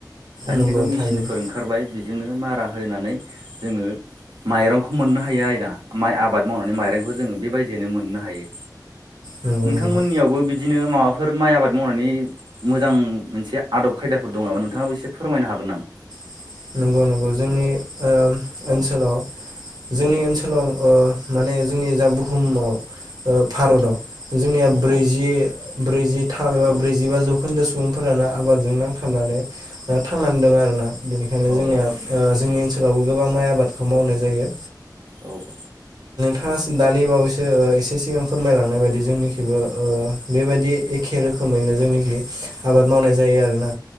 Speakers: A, on the right; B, on the right.
A: दानि
B: नंगौ
A: दिनाव मेसिनफोर
B: थारैनो
A: ओंखारबाय बेजोंनो मारा होनानै जोङो माइरंखौ मोननो हायो आरोना माइ आब आबाद मावनानै माइरंखौ जों बेबायदिनो मोननो हायो
B: नंगौ
A: नोंथांमोननियावबो
B: नंगौ
A: बिद बिदिनो माबाफोर माइ आबाद मावनायनि मोजां मोनसे आदब खायदाफोर दङ नामा नोंथाङाबो एसे फोरमायनो हागो गोन नामा?
B: <inaudible> नंगौ नंगौ जोंनि ओ ओनसोलाव
A: औ
B: जोंनि
A: औ
B: ओनसोलाव ओ माने जोंनि जा बुहुमाव ओ भारताव जोंनिया
A: औ औ
B: ब्रैजि ब्रैजि थाम एबा
A: औ
B: ब्रैजिबा जौखोन्दो सुबुंफोरानो आबादजों नांथाबनानै ओ थांनानै दं आरोना। बेनिखायनो
A: औ
B: जोंनिया
A: औ।
B: ओ जोंनि ओनसोलावबो गोबां माइ आबादखौ मावनाय जायो।
A: औ औ।
B: फार्सट दानि बावैसो ओ एसे सिगां फोरमायलांनाय बायदि जोंनिखिबो ओ बेबायदि एखे रोखोम खोमैनो जोंनिखि आबाद मावनाय जायो आरोना